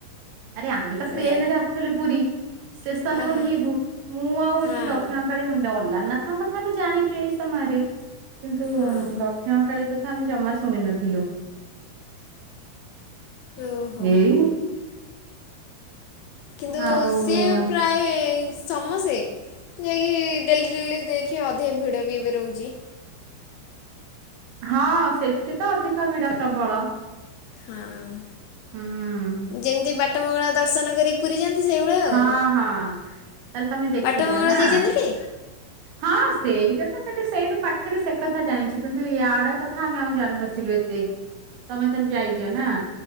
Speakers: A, on the right (about 70°); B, on the left (about 80°).
A: ଆରେ ଆମେ ତ
B: ସେୟା
A: ଟ୍ରେନ ରେ ଆସିଥିଲୁ ପୁରୀ। ଷ୍ଟେସନ ରେ
B: ଆହା
A: ଓଲ୍ହେଇବୁ, ମୁଁ ଆଉ
B: ହଁ
A: ଏତେ ଦକ୍ଷିଣ କାଳୀ ମ ଅଲାରାନାଥଙ୍କ କଥା ଆମେ ଜାଣିଛୁ ଏଇ ସମୟରେ, କିନ୍ତୁ
B: ହଁ
A: ଦକ୍ଷିଣ କଳୀ କ ଆମେ ଜମା ଶୁଣି ନଥିଲୁ।
B: ଓହୋ।
A: ଏଇ
B: କିନ୍ତୁ
A: ଆଉ
B: ସିଏ ପ୍ରାୟ ସମସ୍ତେ ଯାଇକି ଡେଲି ଡେଲି ଦେଖିବ ଅଧିକ ଭିଡ ବି ଏବେ ରହୁଛି।
A: ହଁ ସେଠି ତ ଅଧିକ ଭିଡ ପ୍ରବଳ।
B: ହଁ ଅଁ
A: ହୁଁ ଉଁ
B: ଯେମିତି ବାଟ ମଙ୍ଗଳା ଦର୍ଶନ କର ପୁରୀ ଯାଆନ୍ତି ସେଇଭଳିଆ ଆଉ
A: ହଁ ହଁ ତାହେଲେ ତମେ ଦେଖିଛ
B: ବାଟ ମଙ୍ଗଳା
A: ନା
B: ଯାଇଛନ୍ତି ଟି?
A: ହଁ ସେଇଟା ତ ସେଠା ସେଇଠୁ ପାଖରେ ସେ କଥା ଜାଣିଛୁ କିନ୍ତୁ ଇଆଡେ କଥା ଆମେ ଆଉ ଜାଣିନଥିଲୁ। ଏତେ ତମେ ତାହଲେ ଯାଇଛ ନା?